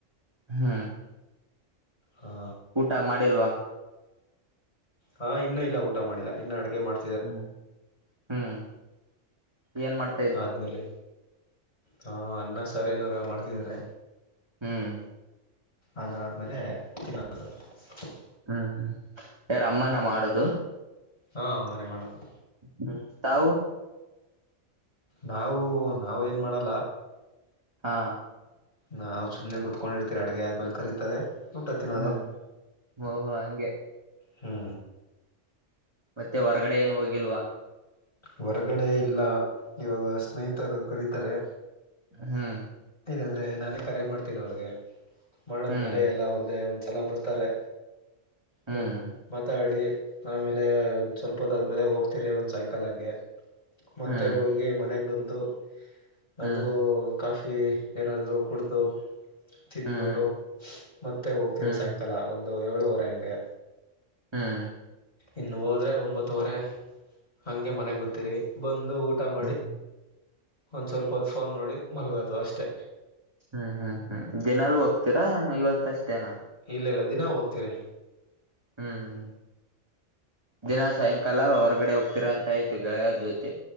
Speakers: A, on the right; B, on the left.
A: ಹ್ಮ್
B: ಹಾ
A: ಊಟ ಮಾಡಿಲ್ವಾ
B: ಹಾ ಇನ್ನೂ ಇಲ್ಲ ಊಟ ಮಾಡಿಲ್ಲ ಇನ್ನ ಅಡಗೆ ಮಾಡ್
A: ಹ್ಮ್ ಹ್ಮ್ ಏನ್ ಮಾಡ್ತ
B: ಆದ್ಮೇಲೆ ಹಾ ಅನ್ನ ಸಾರ್ ಏನಾರ ಮಾಡ್ತಿದಿದ್ದಾರೆ.
A: ಹ್ಮ್
B: ಅದಾದ್ಮೇಲೆ <unintelligible>
A: ಹ್ಮ್ ಯಾರ ಅಮ್ಮನ ಮಾಡದು
B: ಹಾ ಮನೆ ಮಾಡೋದು
A: ಹ್ಮ್ ತಾವು
B: ನಾವು ನಾವು ಏನು ಮಾಡಲ್ಲ
A: ಹಾ
B: ನಾವ ಸುಮ್ನೆ ಕುತ್ಕೊಂಡಿರ್ತೀರಿ ಅಡ್ಗೆ ಆದ್ಮೇಲೆ ಕರೀತಾರೆ. ಊಟ ತಿನೋದ
A: ಹ್ಮ್ ಓಹೋ ಹಂಗೆ
B: ಹ್ಞ
A: ಮತ್ತೆ ಹೊರಗಡೆ ಏನ್ ಹೋಗಿಲ್ವಾ
B: ಹೊರಗಡೆ ಇಲ್ಲ ಇವಾಗ ಸ್ನೇಹಿತರು ಕರಿತಾರೆ.
A: ಹ್ಮ್.
B: ಅಂದ್ರೆ ನಾನೇ ಕರೆ ಮಾಡ್ತೀನಿ ಅವ್ರ್ಗೆ ಮಾಡದ್ಮೇಲೆ
A: ಹ್ಮ್
B: ಎಲ್ಲಾ ಒಂದೇ ಒಂದ್ ಸಲ ಬರ್ತ್. ಬರ್ತರೆ
A: ಹ್ಮ್
B: ಮತ್ ಮಾತಾಡಿ. ಆಮೇಲೆ ಒಂದ್ ಸೊಲ್ಪತ್ ಆದ್ಮೇಲೆ ಹೋಗ್ತಿರಿ ಒಂದ್ ಸಾಯಂಕಾಲ ಹಂಗೆ. ಮತ್ತೆ
A: ಹ್ಮ್
B: ಹೋಗಿ ಮನೆಗ್ ಬಂದು.
A: ಹ್ಮ್
B: ಅದು ಕಾಫಿ ಏನಾದ್ರು ಕುಡ್ದು. ತಿನ್ಬಿಟ್ಟು
A: ಹ್ಮ್
B: ಮತ್ತೆ ಹೋಗ್ತಿರಿ
A: ಹ್ಮ್
B: ಸೇಯಿಂಕಾಲ
A: ಹ್ಮ್
B: ಒಂದು ಏಳುವರೆ ಹಂಗೆ.
A: ಹ್ಮ್.
B: ಇನ್ ಹೋದ್ರೆ ಒಂಬತ್ತುವರೆ. ಹಂಗೆ ಮನೆಗ್ ಬತೀರಿ ಬಂದು ಊಟ ಮಾಡಿ.
A: ಹ್ಮ್ ಹ್ಮ್
B: ಒಂದ್ ಸ್ವಲ್ಪವತ್ ಫೋನ್ ನೋಡಿ ಮಾಲ್ಗದು ಅಷ್ಟೇ.
A: ಹ್ಮ್ ಹ್ಮ್ ಹ್ಮ್ ದಿನಲು ಹೋಗ್ತೀರಾ ಏನ್ ಇವತ್ತಷ್ಟೇನ.
B: ಇಲ್ ಇಲ್ಲ ದಿನಾ ಹೋಗ್ತೀರಿ.
A: ಹ್ಮ್ ದಿನ ಸಯಿಂಕಾಲ ಹೊರ್ಗಡೆ ಹೋಗ್ತೀರಾ ಅಂತ್ ಆಯ್ತು ಗೆಳಿಯರ್ ಜೊತಿ.